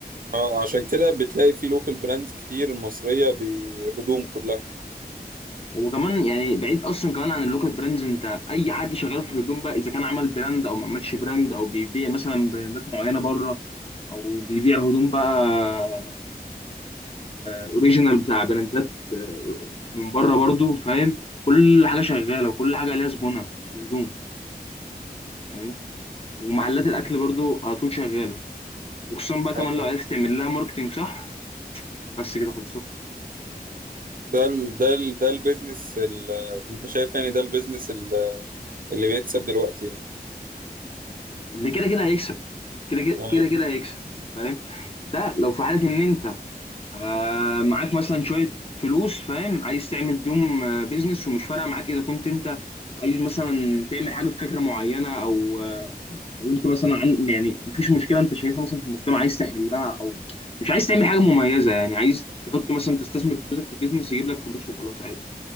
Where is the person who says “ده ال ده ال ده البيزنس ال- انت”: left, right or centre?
Right